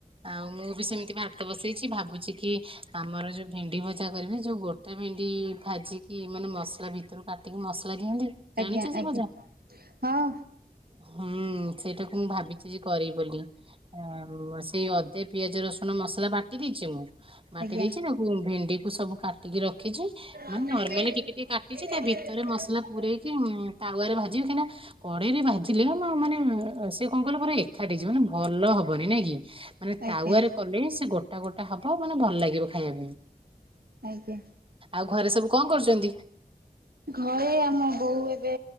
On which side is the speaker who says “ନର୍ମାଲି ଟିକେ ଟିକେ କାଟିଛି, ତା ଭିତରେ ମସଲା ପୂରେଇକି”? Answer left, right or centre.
Right